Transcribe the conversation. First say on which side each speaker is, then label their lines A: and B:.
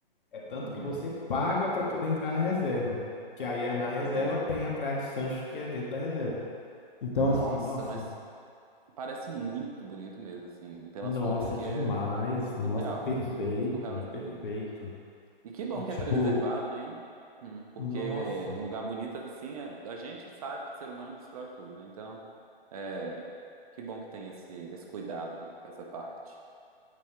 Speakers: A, on the left; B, on the right.
A: É tanto
B: Uhum.
A: que você paga para poder entrar na reserva. Que aí é na reserva
B: Entendi.
A: tem a Praia de Sancho, que é dentro da reserva. Então,
B: Nossa,
A: assim, nossa,
B: mas parece muito bonito mesmo, assim. Pelas
A: nossa,
B: fotos aqui
A: é demais,
B: é, é surreal.
A: nossa, é perfeito,
B: Surreal de bonito.
A: perfeito.
B: E que bom
A: E, tipo,
B: que é preservado, né? Hum, Porque
A: nossa,
B: um lugar bonito assim, é- a gente sabe que o ser humano destrói tudo, né? Então, é que bom que tem esse, esse cuidado com essa parte.